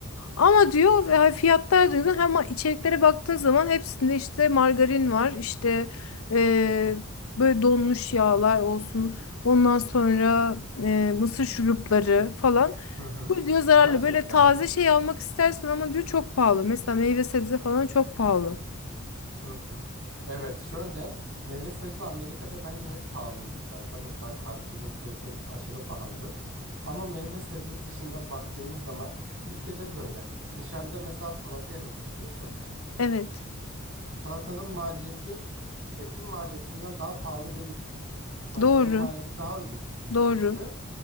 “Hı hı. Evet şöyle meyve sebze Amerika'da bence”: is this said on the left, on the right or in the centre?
Right